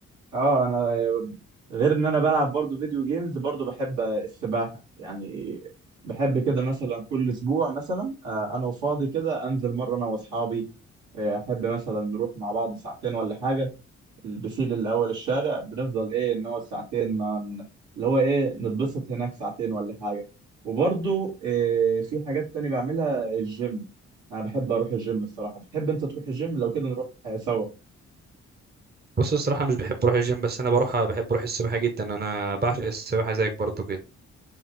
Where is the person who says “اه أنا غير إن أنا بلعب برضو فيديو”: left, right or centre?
Right